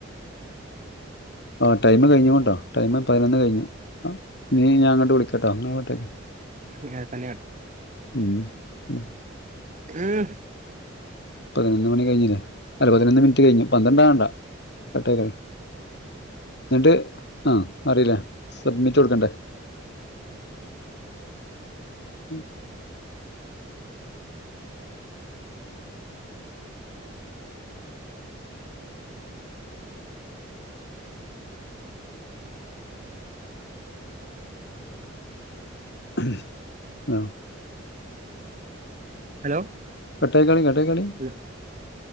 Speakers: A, on the left; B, on the right.
A: ആ ടൈമ് കഴിഞ്ങ്ങുൺട്ടോ ടൈമ് പതിനൊന്ന് കഴിഞ്ഞു. ആ നീ ഞാൻ അങ്ങ്ട്ട് വിളിക്കട്ടോ ങ്ങൾഇങ്ങോട്ടേക്ക്
B: ഞ്ഞേട്ടന്നേണ്
A: ഉം ഉം
B: ആഹ്
A: പതിനൊന്ന് മണി കഴിഞ്ഞിലേ അല്ല പതിനൊന്ന് മിൻറ്റ് കയ്ഞ്ഞു പന്ത്രണ്ടാകണ്ട കട്ടാക്കികളി ന്നിട്ട് ആഹ് അറിലേ സബ്മിറ്റ് കൊട്ക്കണ്ടേ ഉം ആഹ്
B: ഹലോ
A: കട്ടായ്ക്കാളിം കട്ടായ്ക്കാളിം
B: ഹലോ